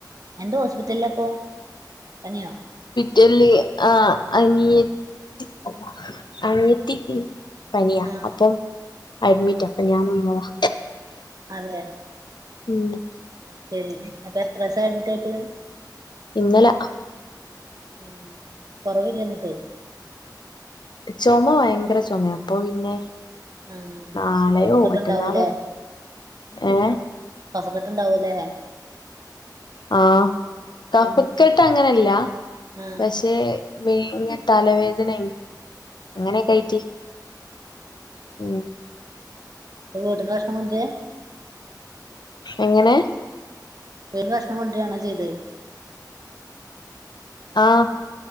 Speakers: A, on the right (about 55°); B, on the left (about 75°).
A: എന്തോ ഹോസ്പിറ്റലിലപ്പോ പനിയോ?
B: ച ആ അനിയത്തി അനിയത്തിക്ക് പനിയാ
A: ആഹ്
B: അപ്പം അഡ്മിറ്റ് അപ്പൊ ഞാന് വന്നതാ.
A: അതെ
B: ഉം
A: അത് ശരി അപ്പൊ എത്ര ദിവസായി അഡ്മിറ്റായിട്ട്?
B: ഇന്നലെ
A: ഉ കൊറവില്ലേ ന്നിട്ട്?
B: ചുമ ഭയങ്കര ചുമ അപ്പൊ പിന്നെ
A: ആഹ്
B: നളെയോ
A: കഫക്കെട്ടുണ്ടാവൂലേ
B: മറ്റന്നാളോ ഏഹ്
A: കഫക്കെട്ട് ണ്ടാവൂല്ലേ?
B: ആഹ കഫക്കെട്ട് അങ്ങനെല്ല
A: ആഹ്
B: പക്ഷെ വേങ്ങ തലവേദനെ അങ്ങനെയക്കെയിറ്റ് ഉം
A: എഹ് വീട്ട്ന്ന് ഭഷണം കൊണ്ട് രാ
B: എങ്ങനെ
A: വീട്ട് ന്ന് ഭക്ഷണം കൊണ്ടരാണോ ചെയ്തത്..
B: ആഹ